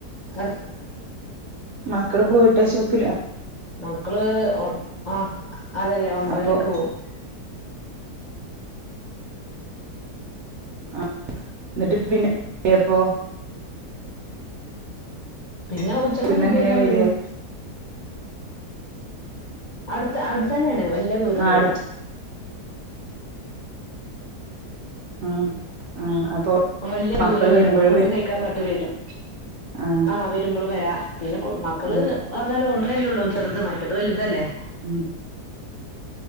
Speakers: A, on the left (about 60°); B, on the right (about 60°).
A: അ
B: മക്കൾ പോയിട്ടാച്ചോക്കില്ല
A: മക്കള് ആ അതെതെ ഒമ്പതരക്ക്
B: അപ്പൊ
A: പോകും
B: ആ എന്നിട്ട് പിന്നെപ്പൊ
A: പിന്നെ ഉച്ചക്ക്
B: പിന്നെ
A: ഫുഡ്
B: എങ്ങനെ
A: കയിക്കാൻ
B: വര
A: വരും അടുത്ത അടുത്തന്നെണ് വല്യ ദൂരൊന്നുല്ല
B: ആ അടുത്ത് ആ ആ അപ്പൊ
A: വലിയ
B: മക്കള്
A: ദൂരൊന്നുല്ല
B: വരുമ്പോഴും
A: അപ്പൊ ഫുഡ്
B: വരും
A: കഴിക്കാങ്ങോട്ട് വരും
B: ആ
A: ആ് വരുമ്പളും വരാ പിന്നെ മക്കള്
B: ആ
A: പറഞ്ഞാല് ഒന്നല്ലേ ഉള്ളൂ ചെറുത് മറ്റത് വലുതല്ലേ.
B: ഉം